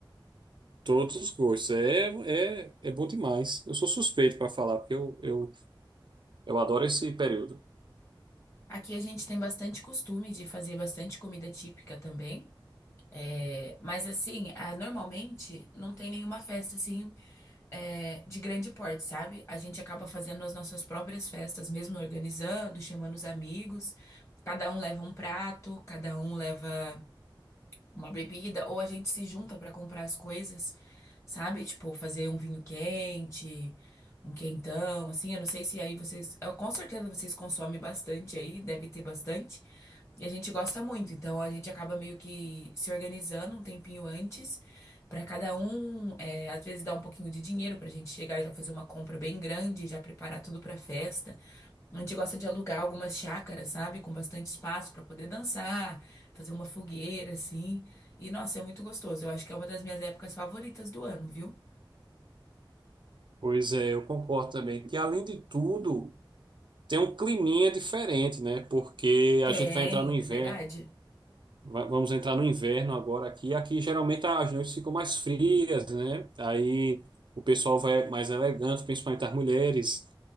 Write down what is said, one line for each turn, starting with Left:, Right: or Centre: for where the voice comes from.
Right: Todos os gostos. É, é, é bom demais. Eu sou suspeito para falar, porque eu, eu, eu adoro esse período.
Left: Aqui a gente tem bastante costume de fazer bastante comida típica também. É, mas, assim, ah, normalmente não tem nenhuma festa, assim, é, de grande porte, sabe? A gente acaba fazendo as nossas próprias festas, mesmo organizando, chamando os amigos. Cada um leva um prato, cada um leva. uma bebida, ou a gente se junta pra comprar as coisas, sabe? Tipo, fazer um vinho quente, um quentão, assim. Eu não sei se aí vocês. eu- com certeza vocês consomem bastante aí, deve ter bastante. E a gente gosta muito, então a gente acaba meio que se organizando um tempinho antes. Pra cada um, é, às vezes dá um pouquinho de dinheiro pra gente chegar e já fazer uma compra bem grande, já preparar tudo pra festa. A gente gosta de alugar algumas chácaras, sabe? Com bastante espaço para poder dançar, fazer uma fogueira, assim. E, nossa, é muito gostoso. Eu acho que é uma das minhas épocas favoritas do ano, viu?
Right: Pois é, eu concordo também que, além de tudo, tem um climinha diferente, né? Porque
Left: Tem,
Right: a gente vai entrar no inverno.
Left: é verdade.
Right: Va- Vamos entrar no inverno agora aqui. Aqui geralmente as noites ficam mais frias, né? Aí o pessoal vai mais elegante, principalmente as mulheres.